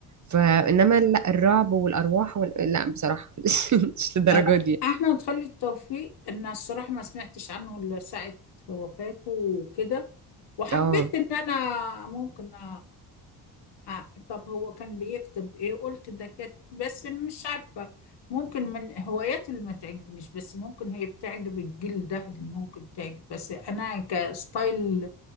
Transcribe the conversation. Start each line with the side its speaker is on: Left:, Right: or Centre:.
Right: فانما لا الرعب والارواح وال... لا بصراحه <laughs> مش مش للدرجه
Left: آه،
Right: دي
Left: احمد خالد توفيق ان الصراحه ما سمعتش عنه الا ساعه وفاته وكده وحبيت
Right: اه
Left: ان انا ممكن أ... أ... طب هو كان بيكتب ايه قلت ده كاتب بس مش عارفه ممكن من هواياته اللي ما تعجبنيش بس ممكن هي بتعجب الجيل ده اللي ممكن تعجب بس انا كستايل